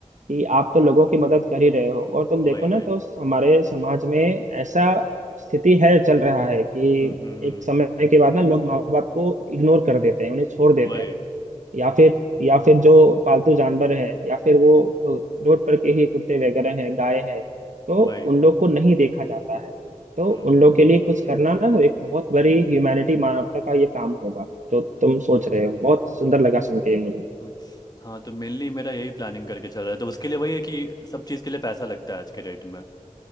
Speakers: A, on the right; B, on the left.
A: कि आप तो लोगों की मदद कर ही रहे हो और तुम
B: वही
A: देखो ना
B: वही
A: तो हमारे समाज में ऐसा स्थिति है चल रहा है कि
B: हम्म हम्म हम्म,
A: एक समय के बाद ना लोग माँ बाप को इग्नोर कर देते हैं उन्हें छोड़ देते
B: वही
A: हैं या फिर या फिर जो पालतू जानवर है या फिर वो रोड पर के ही कुत्ते वगैरह हैं गाय हैं तो
B: वही
A: उन लोग को नहीं देखा जाता है तो
B: हम्म
A: उन लोग के लिए कुछ करना ना एक बहुत बड़ी ह्यूमैनिटी मानवता का ये काम होगा जो तुम सोच रहे हो बहुत सुंदर लगा सुन के ये मुझे
B: हम्म, हाँ तो मेनली मेरा यही प्लानिंग करके चल रहा है तो उसके लिए वही है कि सब चीज़ के लिए पैसा लगता है आज के डेट में